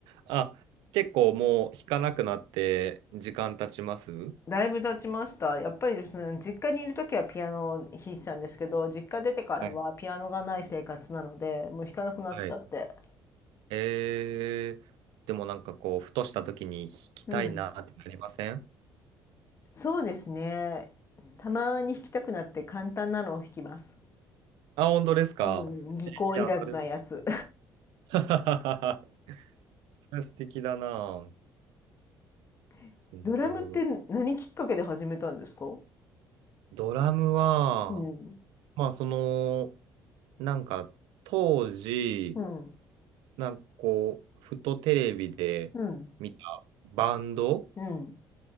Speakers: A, on the right; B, on the left.
A: あ、結構もう弾かなくなって時間経ちます
B: だいぶ経ちましたやっぱりですね実家にいる時はピアノを弾いてたんですけど実家出てからはピアノがない生活なのでもう弾かなくなっちゃって
A: はいはい。えー、でもなんかこう、ふとした時に弾きたいなってなりません
B: うんそうですねたまに弾きたくなって簡単なのを弾きます
A: あ、本当ですか
B: うん技巧いらずなやつ
A: いや、それは。<laughs> それは素敵だな。
B: <laughs>
A: なるほど。
B: ドラムって何きっかけで始めたんですか
A: ドラムは、
B: うん
A: まあその、なんか当時、
B: うん
A: なんかこう、ふとテレビで見たバンド
B: うんうん